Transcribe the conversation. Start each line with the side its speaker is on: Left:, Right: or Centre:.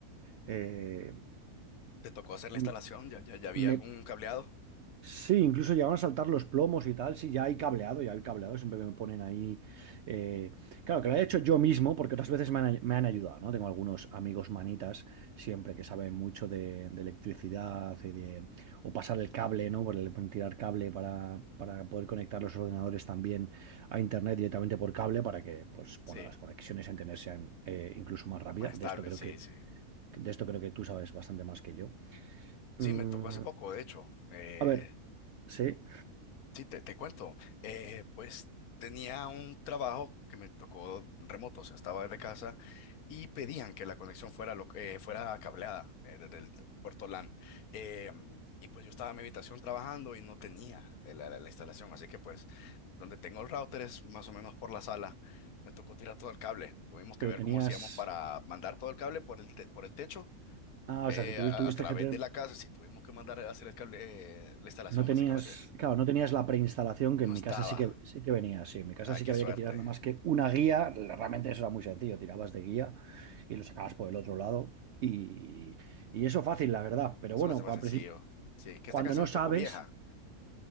Right: eh,
Left: ¿Te tocó hacer la
Right: m-
Left: instalación? ¿Ya, ya, ya había
Right: me,
Left: algún cableado?
Right: Sí, incluso llegaron a saltar los plomos y tal. Sí, ya hay cableado, ya hay cableado. Siempre me ponen ahí. eh, Claro, que lo he hecho yo mismo, porque otras veces me han, ay- me han ayudado, ¿no? Tengo algunos amigos manitas, siempre que saben mucho de, de electricidad y de... o pasar el cable, ¿no? Por el- tirar cable para, para poder conectar los ordenadores también a internet directamente por cable, para que, pues,
Left: Sí.
Right: bueno, las conexiones a internet sean eh, incluso más rápidas.
Left: Más estable,
Right: De esto creo
Left: sí,
Right: que,
Left: sí.
Right: de esto creo que tú sabes bastante más que yo.
Left: Sí,
Right: Mm,
Left: me tocó hace poco, de hecho. Eh,
Right: a ver, sí.
Left: Sí, te, te cuento. Eh, pues tenía un trabajo que me tocó remoto, o sea, estaba desde casa y pedían que la conexión fuera, lo- eh, fuera cableada eh, desde el puerto LAN. Eh, y pues yo estaba en mi habitación trabajando y no tenía eh, la, la- la instalación, así que pues donde tengo el router es más o menos por la sala. Me tocó tirar todo el cable. Tuvimos que
Right: Pero
Left: ver
Right: tenías.
Left: cómo hacíamos para mandar todo el cable por el, te- por el techo.
Right: Ah,
Left: eh,
Right: o sea, que tuvi-
Left: a,
Right: tuviste
Left: a- a través
Right: que tener.
Left: de la casa, sí, tuvimos que mandar a hacer el cable, eh, la instalación,
Right: No tenías.
Left: básicamente.
Right: Claro, no tenías la preinstalación, que
Left: No
Right: en
Left: estaba.
Right: mi casa sí que sí que venía. Sí, en mi casa
Left: Ay,
Right: sí
Left: qué
Right: que había
Left: suerte.
Right: que tirar nada más que una guía. Realmente eso era muy sencillo. Tirabas de guía y lo sacabas por el otro lado. Y, y eso fácil, la verdad. Pero
Left: Eso
Right: bueno,
Left: lo hace más
Right: al
Left: sencillo.
Right: principio,
Left: Sí, que
Right: cuando
Left: esta casa
Right: no
Left: es
Right: sabes,
Left: un poco vieja.